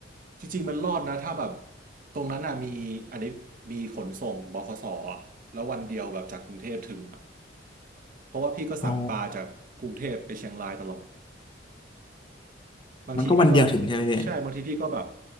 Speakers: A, on the right (about 45°); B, on the left (about 25°).
A: จริงๆมันรอดนะถ้าแบบตรงนั้นอ่ะมีอันนี้มีขนส่งบขสอ่ะแล้ววันเดียวแบบจากกรุงเทพถึงอ่ะเพราะว่าพี่ก็สั่งปลาจากกรุงเทพไปเชียงรายตลอด
B: อ๋อ
A: บางทีพี่ก็
B: มันก็วันเดียวถึงใช่ไหมพี่
A: ใช่บางทีพี่ก็แบบ